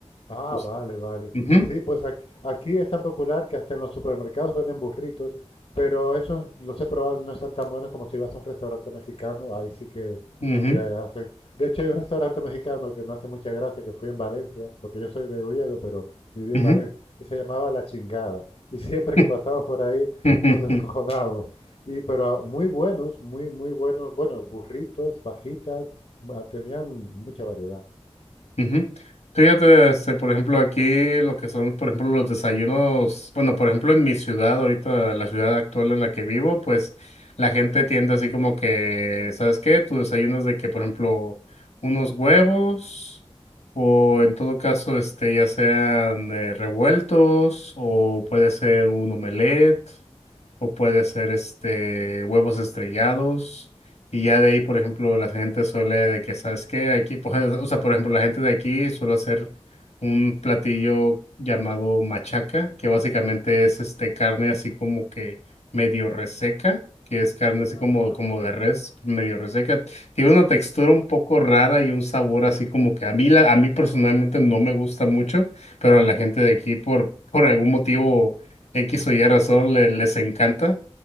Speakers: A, on the left; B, on the left.
A: Ah,
B: Pues,
A: vale, vale.
B: Ujú,
A: Sí, pues ac- aquí, es tan popular que hasta en los supermercados venden burritos, pero esos los he probado y no están tan buenos como si vas a un restaurante mexicano, ahí sí que,
B: ujú,
A: que hacen. De hecho, hay un restaurante mexicano que me hace mucha gracia, que fui en Valencia, porque yo soy de Oviedo, pero viví
B: ujú.
A: en Valencia, y se llamaba La Chingada. Y siempre
B: <laughs>
A: que pasábamos por ahí
B: <laughs>
A: nos descojonábamos. Y, pero ah, muy buenos, muy, muy buenos, bueno, burritos, fajitas, ma- tenían mucha variedad.
B: Ujú. Fíjate, este, por ejemplo, aquí lo que son, por ejemplo, los desayunos, bueno, por ejemplo, en mi ciudad, ahorita, la ciudad actual en la que vivo, pues la gente tiende así como que, ¿sabes qué? Tu desayuno es de que, por ejemplo, unos huevos o en todo caso, este, ya sean eh, revueltos o puede ser un omelette o puede ser, este, huevos estrellados. Y ya de ahí, por ejemplo, la gente suele de que, ¿sabes qué? Aquí, pues, <laughs> o sea, por ejemplo, la gente de aquí suele hacer un platillo llamado machaca, que básicamente es este carne así como que medio reseca, que es carne así como,
A: Ajá.
B: como de res, medio reseca. Tiene una textura un poco rara y un sabor así como que a mí, la, a mí personalmente no me gusta mucho, pero a la gente de aquí por, por algún motivo X o Y razón le- les encanta.